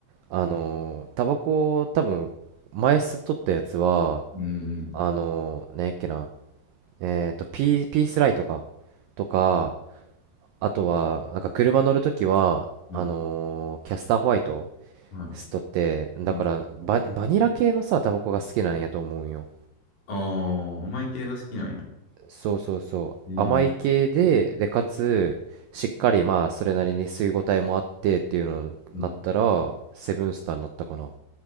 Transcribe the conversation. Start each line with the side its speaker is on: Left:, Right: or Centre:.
Right: あの、タバコ、多分、前吸っとったやつは、
Left: うん、
Right: あの、ねえっけな、えっと、ピー、ピースライトか、とか、あとは、なんか車乗るときは、
Left: はい、
Right: あの、キャスターホワイト
Left: はい。
Right: ストってだからバ、
Left: うん
Right: バニラ系のさタバコが好きなんやと思うんよ
Left: ああ、甘い系が好きなんや。
Right: そうそうそう甘い系ででかつしっかりまあそれなりに吸い応えもあってっていうのになったらセブンスターになったかな
Left: えー、うん。